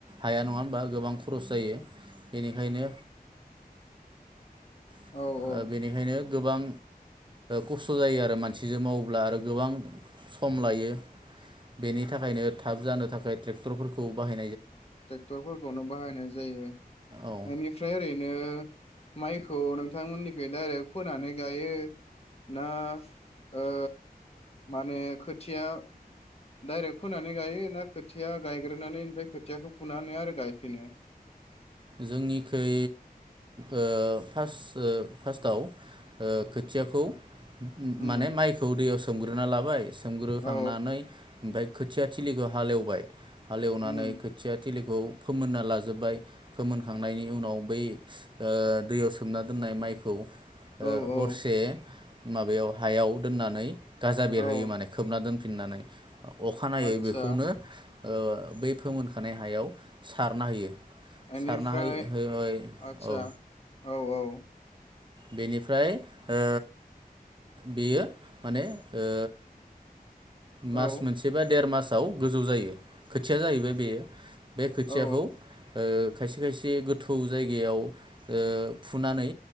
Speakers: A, on the right (about 30°); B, on the left (about 40°).
A: हाया नङा होमबा गोबां खरस जायो बेनिखायनो ओ
B: औ औ
A: बेनिखायनो गोबां खस्थ जायो आरो मानसिजों मावोब्ला आरो गोबां सम लायो बेनि थाखायनो थाब जानो थाखाय ट्रेक्टरफोरखौ बाहाय
B: ट्रेक्टरफोरखौनो बाहायनाय जायो
A: औ
B: बेनिफ्राय ओरैनो माइखौ नोंथांमोननिख डाइरेक्ट फोनानै गायो ना ओ माने खोथिया डाइरेक्ट फोनानै गायो ना खोथिया गायग्रोनानै ओमफ्राय खोथियाखौ फुनानै आरो गायफिनो?
A: जोंनिखै ओ पास ओ फार्स्टआव खोथियाखौ
B: उम
A: माने माइखौ दैयाव सो सोमग्रोना लाबाय सोमग्रोखांनानै
B: औ
A: ओमफ्राय खोथिया थिलिखौ हा हालेवबाय हालेवनानै
B: उम
A: खोथिया थिलिखौ फोमोनना लाजो जोब्बाय फोमोनखांनायनि उनाव बै ओ दैयाव सोमना दोननाय माइखौ ओ
B: औ औ
A: हरसे माबायाव हायाव दोननानै गाजा बेरहोयो
B: औ
A: माने खोबना दोनफिननानै अखानायै
B: आतसा
A: बेखौनो ओ बै फोमोनखानाय हायाव सारना होयो।
B: एनिफ्राय
A: सारना है है-है
B: आतसा
A: औ।
B: औ औ।
A: बेनिफ्राय ओ बेयो माने ओ
B: औ
A: मास मोनसे बा देर मास आव गोजौ जायो खोथिया जाहैबाय बेयो बे खोथियाखौ
B: औ
A: ओ खायसे खायसे गोथौ जायगायाव ओ फुनानै